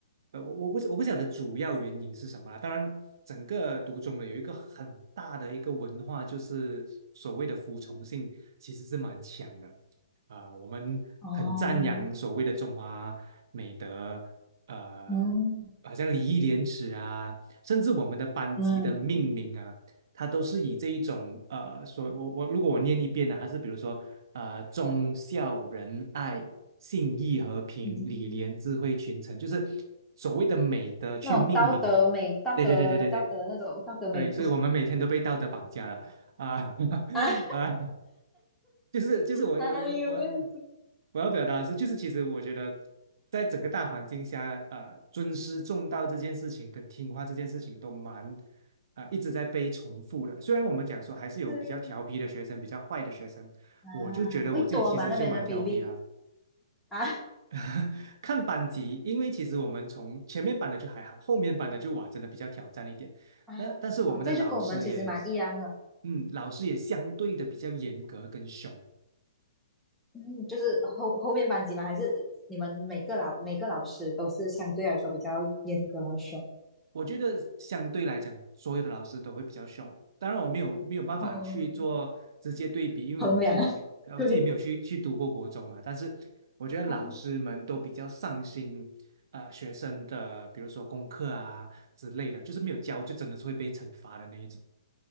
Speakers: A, on the right; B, in the centre.
A: 呃，我我不我不晓得主要原因是什么啦。当然，整个读中的有一个很大的一个文化，就是所谓的服从性其实是蛮强的。啊、我们很赞扬所谓的中华美德，
B: 哦，
A: 呃，
B: 嗯
A: 好像礼义廉耻啊，甚至我们的班级的命名啊。
B: 嗯
A: 他都是以这一种呃，所我我如果我念一遍呢，还是比如说呃，忠孝仁爱、信义和平、
B: 嗯，
A: 礼廉智慧群臣，就是所谓的美德去命名的。
B: 那种道德美、道德道德那种道德美德
A: 对对对对对对对，所以我们每天都被道德绑架了啊 <laughs>
B: <laughs> 啊，
A: 啊！就是就是我我我我
B: 哪里有那样子？
A: 我要表达的是，就是其实我觉得，在整个大环境下，呃，尊师重道这件事情跟听话这件事情都蛮啊、呃一直在被重复的。虽然我们讲说还是有比较调皮的学生，
B: 对
A: 比较坏的学生，
B: 啊，
A: 我就觉得我自己其实就蛮调皮啦。
B: 会多吗？那边的比例啊？
A: <laughs> 看班级，因为其实我们从前面班的就还好，后面班的就哇，真的比较挑战一点。
B: 啊，
A: 那但是我们的老师也，
B: 这就跟我们其实蛮一样的，
A: 嗯，老师也相对的比较严格跟凶。
B: 嗯，就是后后面班级嘛，还是你们每个老每个老师都是相对来说比较严格和凶
A: 我觉得相对来讲，所有的老师都会比较凶。当然，我没有没有办法去做直接对比，
B: 哦，
A: 因为我自己没有，
B: 衡量啊，<laughs>
A: 呃我自己没有去去读过国中嘛。
B: 对，
A: 但是我觉得老师们都比较上心，
B: 哦，
A: 呃，学生的比如说功课啊之类的，就是没有教就真的是会被惩罚的那一种。